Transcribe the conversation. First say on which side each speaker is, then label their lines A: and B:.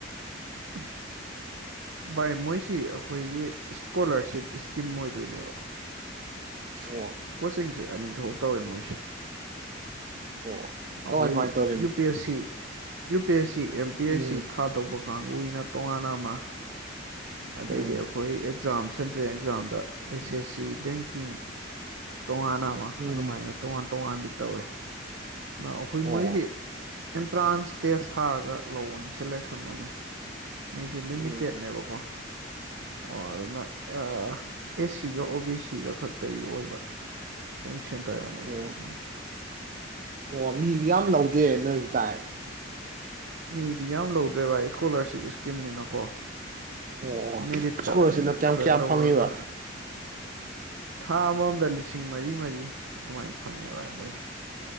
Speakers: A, on the right (about 70°); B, on the right (about 40°).
A: <unintelligible> ꯚꯥꯏ ꯃꯣꯏꯁꯤ ꯑꯩꯈꯣꯏꯒꯤ ꯏꯁꯀꯣꯂꯔꯁꯤꯞ ꯏꯁꯀꯤꯝ ꯑꯣꯏꯗꯣꯏꯅꯦꯕ
B: ꯑꯣ
A: ꯀꯣꯆꯤꯡꯁꯦ ꯑꯅꯤ ꯊꯣꯛ ꯇꯧꯋ‌ꯦ ꯃꯣꯏꯁꯦ
B: ꯑꯣ
A: ꯑꯩꯈꯣꯏ
B: ꯀꯃꯥꯏ ꯀꯃꯥꯏꯅ ꯇꯧꯔꯤꯝ
A: U P S C U P S C M P S
B: ꯎꯝ
A: ꯁꯤ ꯊꯥꯗꯧꯕ ꯀꯥꯡꯕꯨꯨꯒꯤꯅ ꯇꯣꯉꯥꯟꯅꯥ ꯑꯃꯥ ꯑꯗꯩꯗꯤ
B: ꯎꯝ
A: ꯑꯩꯈꯣꯏ ꯑꯦꯛꯖꯥꯝ ꯁꯦꯟꯇ꯭ꯔꯦꯜ ꯑꯦꯛꯖꯥꯝꯗ ꯑꯦꯁ ꯑꯦꯁ ꯁꯤ ꯕꯦꯡꯀꯤꯡ ꯇꯣꯉꯥꯟꯅ ꯑꯃꯥ
B: ꯎꯝ
A: ꯑꯗꯨꯃꯥꯏꯅ ꯇꯣꯉꯥꯟ ꯇꯣꯉꯥꯟꯗꯤ ꯇꯧꯋꯦ ꯑꯗꯨꯅꯥ ꯑꯩꯈꯣꯏ
B: ꯑꯣ
A: ꯃꯣꯏꯖꯤ ꯑꯦꯟꯇ꯭ꯔꯥꯟꯁ ꯇꯦꯁ ꯊꯥꯔꯒ ꯂꯧꯕꯅꯤ ꯁꯦꯂꯦꯛꯁꯟ ꯑꯣꯏꯅ ꯃꯤꯁꯦ ꯂꯤꯃꯤꯇꯦꯠꯅꯦꯕꯀꯣ
B: ꯎꯝ
A: ꯑꯣ ꯑꯗꯨꯅ ꯑꯦꯁ ꯁꯤ ꯒꯥ ꯑꯣ ꯕꯤ ꯁꯤ ꯒꯥ ꯈꯛꯇꯒꯤ ꯑꯣꯏꯕ ꯃ‌ꯣꯏ ꯁꯦꯟꯇꯔ ꯑꯃꯅꯤ
B: ꯑꯣ
A: ꯃꯣꯏꯁꯤ
B: ꯑꯣ ꯃꯤ ꯌꯥꯝ ꯂꯧꯗꯦꯅꯁꯨ ꯇꯥꯏ
A: ꯃꯤꯗꯤ ꯌꯥꯝ ꯂꯧꯗ꯭ꯔꯦ ꯚꯥꯏ ꯏꯁꯀꯣꯂꯔꯁꯤꯞ ꯏꯁꯀꯤꯝꯅꯤꯅꯥ ꯀꯣ꯫
B: ꯑꯣ ꯑꯣ
A: ꯃꯦꯔꯤꯠꯇ
B: ꯏꯁꯀꯣꯂꯔꯁꯤꯞꯅ
A: ꯃꯤ
B: ꯀꯌꯥꯝ
A: ꯈꯔꯥ
B: ꯀꯌꯥꯝ
A: ꯂꯧꯔꯥꯒ
B: ꯐꯪꯉꯤꯕ
A: ꯊꯥ ꯑꯥꯃꯝ ꯑꯥꯃꯝꯗꯥ ꯂꯤꯁꯤꯡ ꯃꯔꯤ ꯃꯔꯤ ꯑꯗꯨꯃꯥꯏꯅ ꯐꯪꯉꯦꯕ ꯃꯣꯏꯁꯦ